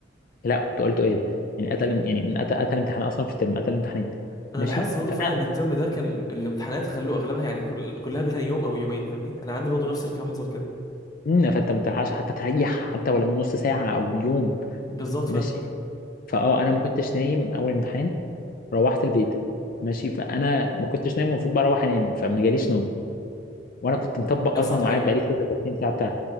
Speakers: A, on the left (about 50°); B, on the left (about 20°).
A: لا وتقال تقال يعني قتل يعني من قتل قتل امتحان اصلا في الترم قتل امتحانين
B: انا
A: ماشي
B: لاحظت برضه
A: فانا
B: فعلا ان الترم ده كان الامتحانات خلوه اغلبها يعني كل... كلها بينها يوم او يومين فاهمني انا عندي برضه نفس الكلام حصل كده
A: مم، فانت ما بتلحقش حتى تريح حتى ولو نص ساعه او يوم
B: بالظبط
A: ماشي
B: فاهم
A: فاه انا ما كنتش نايم اول امتحان روحت البيت ماشي فانا ما كنتش نايم المفروض بقى اروح انام فما جاليش نوم وانا كنت مطبق
B: اصعب
A: اصلا وقاعد
B: حاجه
A: بقالي
B: بقى
A: 36 ساعه بتاعها